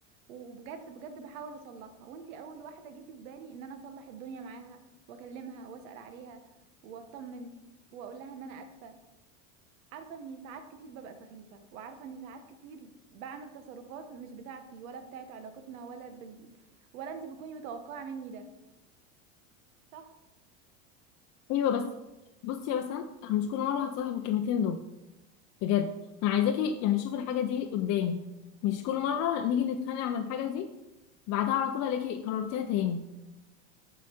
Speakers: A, on the right; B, on the left.
A: وبجد بجد بحاول اصلحها وانتي اول واحده جيتي في بالي ان انا اصلح الدنيا معاها واكلمها واسال عليها واطمن واقول لها ان انا اسفه عارفه اني ساعات كتير ببقى سخيفه وعارفه اني ساعات كتير بعمل تصرفات مش بتاعتي ولا بتاعت علاقتنا ولا بال... ولا انتي بتكوني متوقعه مني ده صح
B: ايوه بس بصي يا بسنت انا مش كل مره هتصالح بالكلمتين دول بجد انا عايزاكي يعني شوفي الحاجه دي قدامي مش كل مره نيجي نتخانق على الحاجه دي بعدها على طول الاقي كررتيها تاني